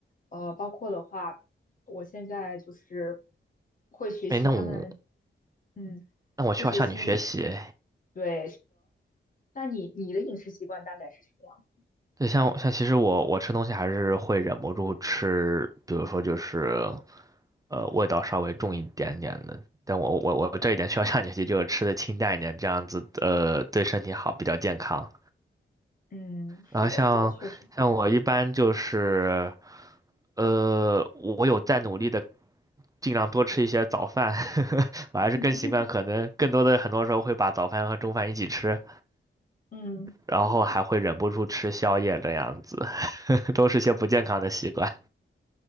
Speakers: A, on the left; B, on the right.
A: 呃，包括的话，我现在就是会学习他们，
B: 哎，那我
A: 嗯，
B: 那我需要向你学习。
A: 会学习。对。那你你的饮食习惯大概是什么样的？
B: 对，像像其实我我吃东西还是会忍不住吃，比如说就是，呃，味道稍微重一点点的。但我我我这一点需要下决心，就是吃的清淡一点，这样子呃对身体好，比较健康。
A: 嗯，是的，
B: 然后像像我一般就是，
A: 是的，确实。
B: 呃，我有在努力的尽量多吃一些早饭，<laughs> 我还是更习惯可能更多的很多时候会把早饭和中饭一起吃，
A: <laughs> 嗯。
B: 然后还会忍不住吃宵夜这样子，<laughs> 都是些不健康的习惯。